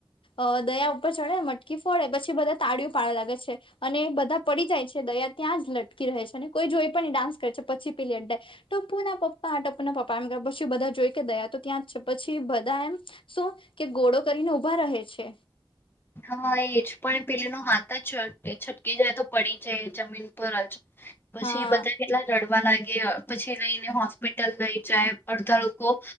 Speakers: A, on the left; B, on the left.
A: અ દયા ઉપર ચડે ને મટકી ફોડે પછી બધા તાળિયું પાડવા લાગે છે અને બધા પડી જાય છે દયા ત્યાં જ લટકી રહે છે ને કોઈ જોઈ પણ ડાન્સે છે પછી પેલી અડાય ટપ્પુ ના પપ્પા ટપરના પપ્પા એમ પછી બધા જોઈ કે ગયા તો ત્યાં પછી બધા એમ શું કે ગોળો કરીને ઉઊભા રહે છે
B: હા એજ પણ પેલેનો હાથ જ છટકી જાય તો પડી જાય જમીન પર પછી
A: હા
B: એ બધા કેટલા લડવા લાગે પછી લઈને હોસ્પિટલ લઈ જાય અડધા લોકોકો